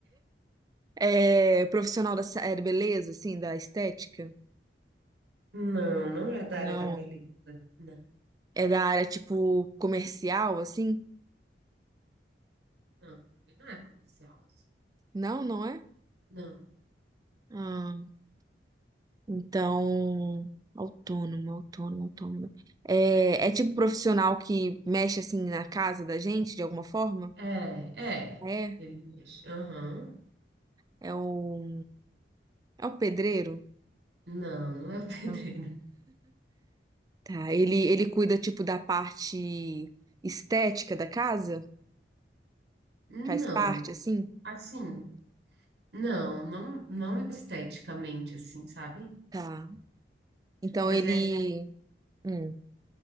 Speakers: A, on the right; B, on the right.
A: É profissional da sa- é da beleza, assim, da estética?
B: Não, não é da
A: Não.
B: área da beleza. Não.
A: É da área, tipo, comercial, assim?
B: Não, também não é comercial, assim.
A: Não, não é?
B: Não.
A: Ah, então. Autônomo, autônomo, autônomo. É, é tipo profissional que mexe, assim, na casa da gente, de alguma forma?
B: É, é.
A: É?
B: Ele mexe. Aham.
A: É o. É o pedreiro?
B: Não, não é o <laughs> pedreiro.
A: Não. Tá, ele, ele cuida, tipo, da parte estética da casa?
B: Não.
A: Faz parte, assim?
B: Assim, não, não, não esteticamente, assim, sabe?
A: Tá. Então
B: Mas
A: ele.
B: é,
A: hum,